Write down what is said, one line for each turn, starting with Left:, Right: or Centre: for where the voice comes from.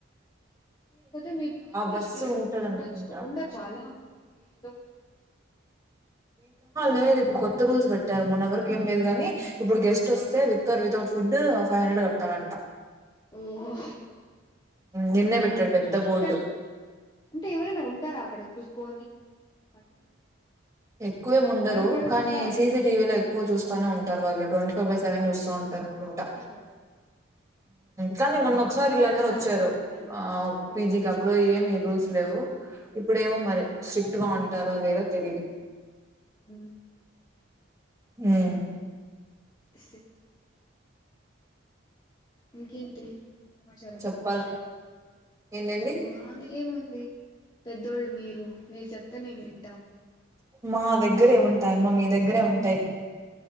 Left: పోతే మీ పీజీలో
Right: బస్సు
Left: స్టే
Right: ఉంటది
Left: ఉండొచ్చు
Right: అనుకుంటా
Left: ఉండొచ్చులా పీజీలో
Right: లేదు ఇప్పుడు కొత్త రూల్స్ పెట్టారు మొన్న ఎవరిక ఏం లేదు గాని ఇప్పుడు గెస్ట్ వస్తే విత్ర్ వితౌట్ ఫుడ్ ఫైవ్ హండ్రెడ్ కట్టాలంట
Left: ఓహో
Right: నిన్నే పెట్టాడు పెద్ద బోర్డు
Left: కానీ అంటే ఎవరైనా ఉంటారా అక్కడ చూసుకొని ప దీ
Right: ఎక్కువే ఉండరు
Left: కనపడకుండా
Right: కానీ సీసీటివీలో
Left: వెళ్ళిపోవచ్చు
Right: ఎక్కువ చూస్తానే ఉంటారు వాళ్ళటుంటి సోబర్ సవన్ చూస్తా
Left: పీజీలో
Right: ఉంటారు అనుకుంటా
Left: మా పీజీనే బెటర్
Right: కానీ మొన్న ఒకసారి
Left: చూస్తే
Right: వీళ్ళందరూ
Left: అడుగుతారంతే
Right: వచ్చారు
Left: లేకపోతే లేదు
Right: ఆ పీజికి
Left: ఉమ్
Right: అప్పుడు ఏమి రూల్స్ లే వూ ఇప్పుడేమో మరి స్ట్రిట్ గా ఉంటారో లేదో తెలీద్
Left: ఉమ్
Right: హ్మ్
Left: <inaudible> ఇంకేంటి సమాచారాము
Right: చెప్పాలి ఏంటండి
Left: మాదేముంది పెద్దోళ్ళు మీరు మీరు చెప్తే మేమ్ వింటాం
Right: మా దగ్గరే ఎమ్ ఉంటాయమ్మ మీ దగ్గరే ఉంటైయి